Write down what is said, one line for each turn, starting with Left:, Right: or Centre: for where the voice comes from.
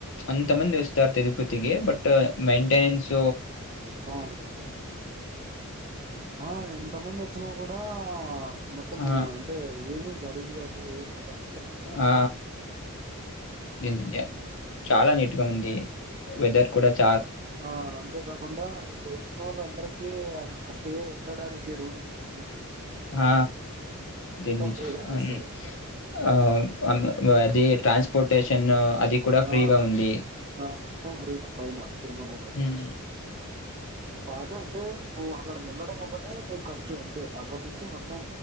Left: అంత తమంది వస్స్తా తిరుపతికి బట్ మైయింటెనెన్స్
Right: ఆ ఆ ఎంత మంది వచ్చినా కూడా ఆ మొత్తం
Left: ఆ!
Right: అంటే ఏమి గలీజ్ కానీ ఏం ఉన్నబ
Left: ఆ నిన్య చాలా నీట్గా ఉంది. వెదర్ కూడా చ్
Right: ఆ అంతేకాకుండా ఇప్పుడు వ వచ్చిన వాళ్ళు అందరికి చ్ స్టే ఉండడానికి రూముందండి.
Left: ఆ గెన్నిచ్
Right: ఫ్రీగానే
Left: అన్
Right: ఇస్తారు
Left: అం అన్ అది ట్రాన్స్పోర్టేషన్ అది కూడా ఫ్రీగా
Right: ఆ
Left: ఉంది.
Right: ఆ మొత్తం ఫ్రీనే పైన తిరుమలలో
Left: హ్మ్.
Right: చ్చ్ బానే అంటే నువ్వు అక్కడ వెళ్ళడం ఒకటే నీ ఖర్చు అంతే అక్కడి నుంచి మొత్తం